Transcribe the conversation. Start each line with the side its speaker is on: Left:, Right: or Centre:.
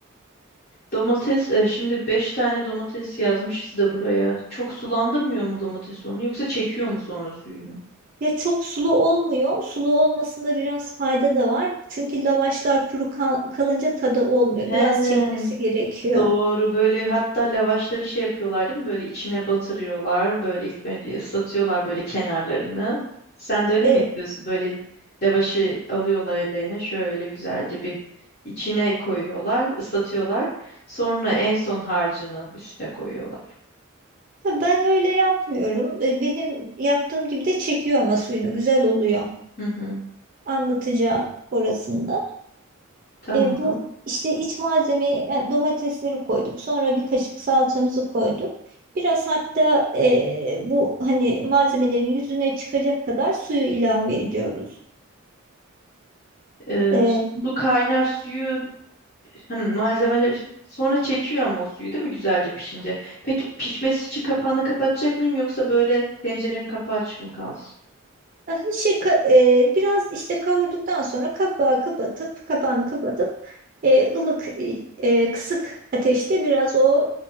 Left: Domates, e, şimdi 5 tane domates yazmışız da buraya. Çok sulandırmıyor mu domates onu yoksa çekiyor mu sonra suyunu?
Right: Ya çok sulu olmuyor. Sulu olmasında biraz fayda da var. Çünkü lavaşlar kuru kal- kalınca tadı olmuyor.
Left: He,
Right: Biraz çekmesi gerekiyor.
Left: doğru. Böyle hatta lavaşları şey yapıyorlar değil mi? Böyle içine batırıyorlar. Böyle ilk önce ıslatıyorlar böyle kenarlarını. Sen de öyle
Right: Ee,
Left: mi yapıyorsun? Böyle lavaşı alıyorlar ellerine. Şöyle güzelce bir içine koyuyorlar, ıslatıyorlar. Sonra en son harcını üstüne koyuyorlar.
Right: ben öyle yapmıyorum. Ee, benim yaptığım gibi de çekiyor ama suyunu güzel oluyor.
Left: Hı hı.
Right: anlatacağım orasında.
Left: Tamam.
Right: E, bu işte iç malzemeyi yani domatesleri koyduk. Sonra bir kaşık salçamızı koyduk. Biraz hatta e, bu hani malzemelerin yüzüne çıkacak kadar suyu ilave ediyoruz.
Left: Ee,
Right: E,
Left: su kaynar suyu Hım, malzemeler sonra çekiyor ama o suyu değil mi güzelce pişince? Peki pişmesi için kapağını kapatacak mıyım yoksa böyle tencerenin kapağı açık mı kalsın?
Right: ah, şey ka- e, biraz işte kavurduktan sonra kapağı kapatıp kapağını kapatıp e, ılık e, e, kısık ateşte biraz o